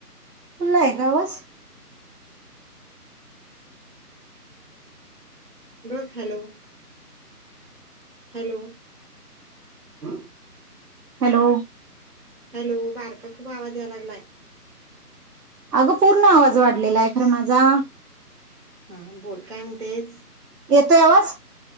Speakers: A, on the right (about 75°); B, on the right (about 40°).
A: फूल्ल आहे ग आवाज.
B: <inaudible> हॅलो हॅलो
A: <inaudible> हॅलो
B: हॅलो बारका खुप आवाज याय लागलाय.
A: आगं पूर्ण आवाज वाढलेला आहे खरं माझा.
B: हा बोल काय म्हणतेस.
A: येतोय आवाज